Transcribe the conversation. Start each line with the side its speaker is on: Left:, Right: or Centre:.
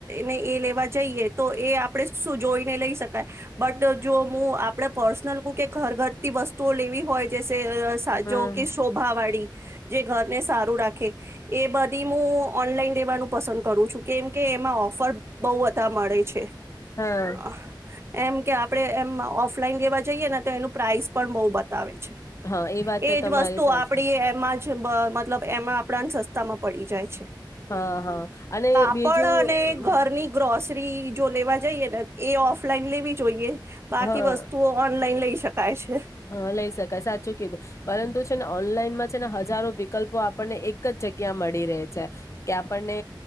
Right: ને એ લેવા જઈએ તો એ આપણે શું જોઈને લઈ શકાય બટ જો હું આપણે પર્સનલ કું કે ઘર ઘર વસ્તુઓ લેવી હોય જે સા
Left: હમ
Right: જો કે શોભાવાળી જે ઘરને સારું રાખે એ બધી હું ઓનલાઈન દેવાનું પસંદ કરું છું કેમકે એમાં ઓફર બહુ બધા મળે છે.
Left: હમ્
Right: અ, એમ કે આપડે એમ ઓફ ઓલાન લવા જઈએને તો એનું પ્રાઇસ પણ બહ બતાવે છે
Left: હા એ વાત તો
Right: એજ
Left: તમારી
Right: વસ્તુ
Left: સાચી
Right: આપડી મતલબ એમાં આપણાને સસ્તા માં પડી જાય છે.
Left: હા હા અને
Right: કાપડ
Left: બીજું
Right: અને ઘરની ગ્રોસરી જો લેવા જઈએ ને એ ઓફ. ફ્લાલેી જોઈએ. બાકી
Left: હા
Right: વસ્તુઓ ઓનલાઈન લઈ શકાય છે.
Left: હા લઈ શકાય સાચું કીધું પરંતુ છે ને ઓનલાઈનમાં છે ને હજારો વિકલ્પો આપણને એક જ જગ્યા મળી રહે છે. કે આપણને